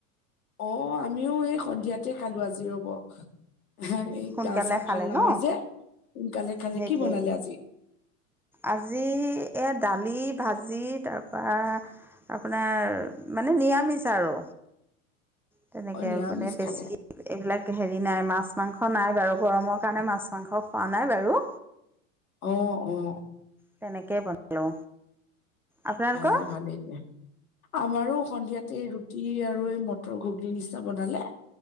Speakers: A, on the left; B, in the centre.
A: অ' আমিও এই সন্ধিয়াতে খালো আজি ৰ''ব, হা, এই
B: সোনকালে
A: গা- চা
B: খালে
A: ভাল নহয়
B: ন?
A: যে সোনকালে খালে
B: সেইটোৱেইটো
A: কি বনালে আজি?
B: আজি, এই দালি ভাজি তাৰপৰা, আপোনাৰ, মানে নিৰামিষ আৰু। তেনেকে
A: অ' নিৰামিষ
B: মানে বেছি
A: খালে।
B: এইবিলাক হেৰি নাই মাছ মাংস নাই বাৰু গৰমৰ কাৰণে মাছ মাংস খোৱা নাই বাৰু।
A: অ' অ'
B: তেনেকে বনালো। আপোনালোকৰ
A: ভালেই ভালেই দিয়া। আমাৰো সন্ধিয়াতে ৰুটি আৰু এই মটৰ নিচিনা বনালে।